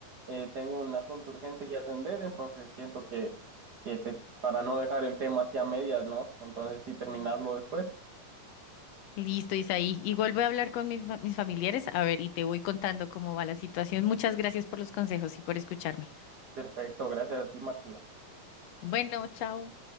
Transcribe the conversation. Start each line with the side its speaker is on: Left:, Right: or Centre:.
Right: eh, tengo un asunto urgente que atender, entonces siento que, que te- para no dejar el tema así a medias, ¿no? Entonces sí terminarlo después.
Left: Listo, Isaí. Igual voy a hablar con mis, fa- mis familiares, a ver, y te voy contando cómo va la situación. Muchas gracias por los consejos y por escucharme.
Right: Perfecto, gracias a ti, Marcela.
Left: Bueno, chao.